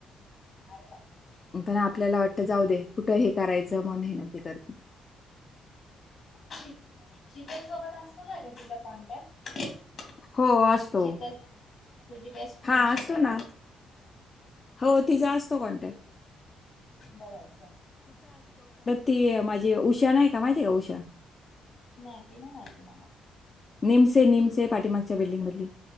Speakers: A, on the left (about 50°); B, on the left (about 35°).
A: ना अरे बापरे
B: पण आपल्याला वाटत जाऊ दे कुठं हे करायचं मन हे न करते
A: शतल सोबत असतो काय ग तुझ कॉन्टॅक्ट
B: हो असतो
A: शीतल तुझी बेस्ट फ्रेंड
B: हां,
A: शिकल
B: असतो ना. हो ते जास्त ॉन्टॅक्ट
A: भरायचा
B: ते माझी उषा नाही का माहिती आहे का उषा
A: नाही तन काय मड
B: निमसे निमसे पाठीमागच्या बिल्डिंगमधली